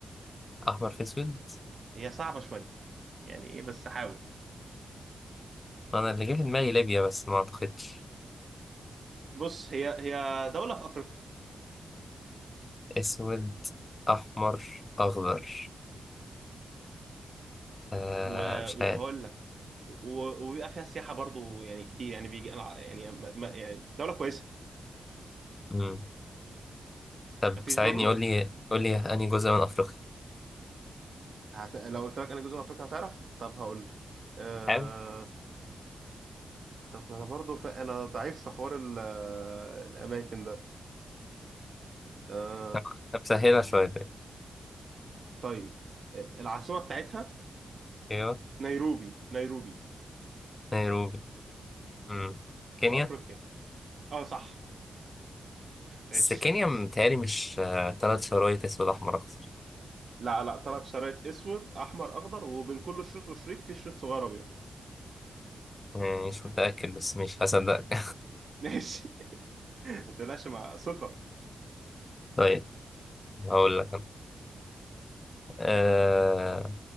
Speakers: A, on the left; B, on the right.
A: احمر في اسود
B: هي صعبه شويه يعني ايه بس حاول
A: انا اللي جه في دماغي ليبيا بس ما اعتقدش
B: بص هي هي دولة في أفريقيا
A: اسود احمر اخضر آه
B: و-
A: مش
B: وهقول
A: عارف
B: لك و- وبيبقى فيها سياحة برضو يعني كتير يعني بيجي يعني ما ما- يعني دولة كويسة
A: مم. طب
B: مفيش
A: ساعدني
B: برضو
A: قول لي قول لي انهي جزء من افريقيا
B: هت... لو قلت لك أنا جزء من أفريقيا هتعرف طب هقول لك أه...
A: حاول
B: طب ما أنا برضو ف... أنا ضعيف في حوار ال... آه، الأماكن ده أه...
A: طب طب سهلها شويه طيب.
B: طيب أه، العاصمة بتاعتها
A: ايوه
B: نيروبي نيروبي
A: نيروبي مم. كينيا
B: في أفريقيا أه صح ماشي
A: بس كينيا متهيألي مش آه تلات شرايط اسود احمر اخضر
B: لا لا ثلاث شرايط اسود احمر اخضر وبين كل شريط وشريط في شريط صغير ابيض
A: يعني مش متأكد بس مش هصدقك
B: <laughs> ماشي ما تقلقش مع ثقة
A: <laughs> طيب هقول لك أنا. آه
B: يلا